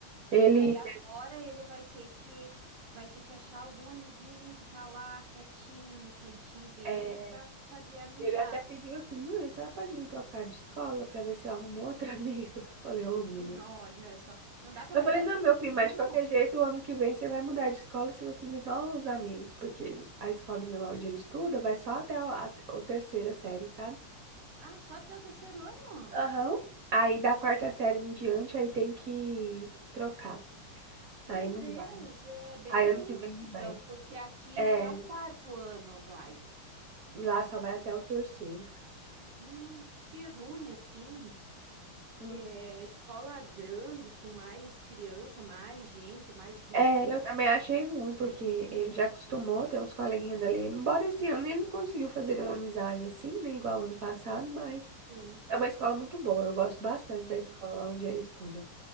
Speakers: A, on the right (about 55°); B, on the right (about 85°).
A: ele.
B: e daí agora ele vai ter que vai ter que achar algum amiguinho que tá lá quietinho no cantinho dele
A: é,
B: para fazer amizade.
A: Ele até pediu assim, mãe, a senhora pode me trocar de escola pra ver se eu arrumo outro amigo? <laughs> Eu Falei, ô, menina.
B: <laughs> Olha só, não dá para
A: Eu
B: mudar
A: falei, não,
B: de,
A: meu
B: de
A: filho,
B: turno?
A: mas de qualquer jeito, o ano que vem você vai mudar de escola e você vai fazer novos amigos, porque a escolinha lá onde ele estuda vai só até a, a, a terceira série, sabe?
B: Ah, só até o terceiro ano?
A: Aham. Aí da quarta série em diante, aí tem que trocar. Aí
B: Meu
A: não
B: Deus,
A: vai.
B: é bem
A: Aí
B: pequenininho
A: ano que vem não
B: então,
A: vai.
B: porque aqui
A: É,
B: é até o quarto ano vai.
A: lá só vai até o terceiro.
B: Hum, que ruim assim.
A: Hum.
B: Que é a escola grande, com mais criança, mais gente, mais vucu-vucu,
A: É, eu também achei ruim, porque
B: é ruim.
A: ele já acostumou, tem uns coleguinhas dali. Embora esse ano ele não conseguiu fazer uma amizade assim, né? Igual ano passado, mas.
B: Sim.
A: É uma escola muito boa, eu gosto bastante da escola
B: Hum.
A: onde ele estuda.